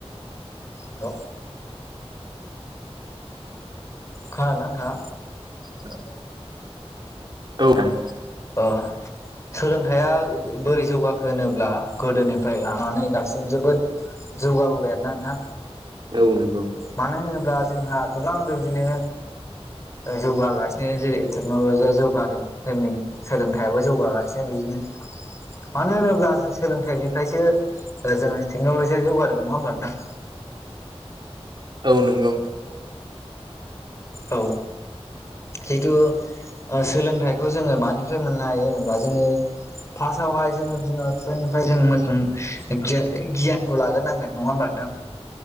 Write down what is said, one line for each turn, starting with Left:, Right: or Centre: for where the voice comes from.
Left: औ खोनादोंना नोंथाङा?
Right: <unintelligible> औ नोंथां।
Left: अ सोलोंथाइया बोरै जौगाखो होनोब्ला गोदोनिफ्राय लानानै दासिम जोबोद जौगा बोबाय आरोना।
Right: औ नंगौ।
Left: मानो होनोब्ला जोंहा गोबां बेबायदिनो जौगागासिनो जेरै टेक्न'लजिया जौगादों दिनै सोलोंथायाइाबो जौगागासिनो बिदिनो। मानो होनोब्ला जों सोलोंथाइनिफ्रायसो जोङो टेक्न'लजिया जौगादों नङा होमबा नोंथां?
Right: औ नंगौ।
Left: औ जितु ओ सोलोंथाइखौ जोङो मानिफ्राय मोन नों हायो होनोबा जोङो फार्स्टआवहाय जोङो बिमा बिफानिफ्राय जोङो मोजां गियान गियानखौ लाग्रोनांगोन नङा होमबब्ला नोंथां।